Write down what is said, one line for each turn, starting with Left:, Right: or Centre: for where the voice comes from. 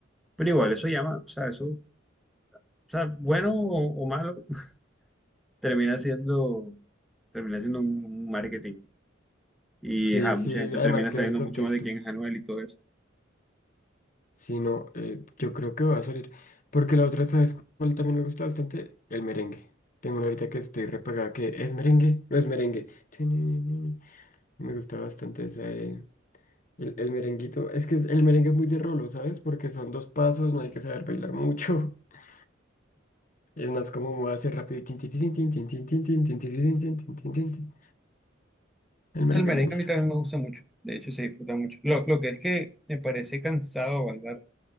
Centre: pero igual, eso llama, o sea, eso, o sea, bueno o, o malo, <laughs> termina siendo, termina siendo un marketing. Y,
Left: Sí,
Centre: ajá, mucha
Left: sí,
Centre: gente
Left: además
Centre: termina
Left: que
Centre: sabiendo
Left: es el contexto.
Centre: mucho más de quién es Anuel y todo eso.
Left: Si no, eh, yo creo que va a salir. Porque la otra, ¿sabes cuál también me gusta bastante? El merengue. Tengo una ahorita que estoy repagada que es merengue, no es merengue. Tininininini. Me gusta bastante esa, eh, el, el merenguito. Es que el merengue es muy de rolo, ¿sabes? Porque son dos pasos, no hay que saber bailar mucho. <laughs> Es más como moverse rápido. y tin, tin, tin, tin, tin, tin, tin, tin, tin, tin, tin, tin, tin, tin, tin, tin. El merengue
Centre: El merengue
Left: me gusta.
Centre: a mí también me gusta mucho, de hecho se disfruta mucho. Lo, lo que es que me parece cansado bailar,